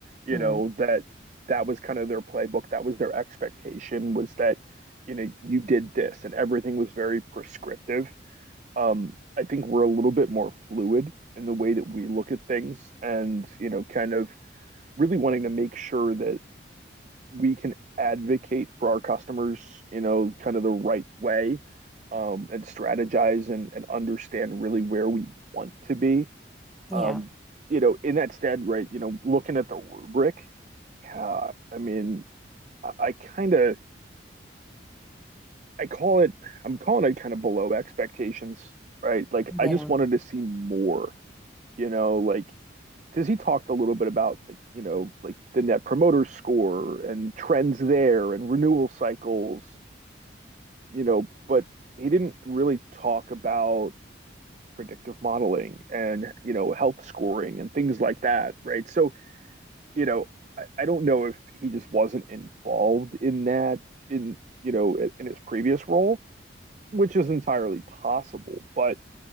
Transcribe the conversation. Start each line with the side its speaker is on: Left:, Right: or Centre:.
Right: you
Centre: Mm,
Right: know, that that was kind of their playbook, that was their expectation was that, you know, you did this and everything was very prescriptive. Um, I think we're a little bit more fluid in the way that we look at things and, you know, kind of really wanting to make sure that we can advocate for our customers, you know, kind of the right way, um, and strategize and, and understand really where we want to be.
Centre: yeah.
Right: Um, you know, in that stead, right, you know, looking at the rubric, yeah, I mean, I, I kind of, I call it, I'm calling it kind of below expectations, right? Like,
Centre: Yeah.
Right: I just wanted to see more, you know, like, because he talked a little bit about like you know like the net promoter score and trends there and renewal cycles you know, but he didn't really talk about predictive modeling and, you know, health scoring and things like that, right? So, you know, I, I don't know if he just wasn't involved in that in, you know, in, his previous role, which is entirely possible, but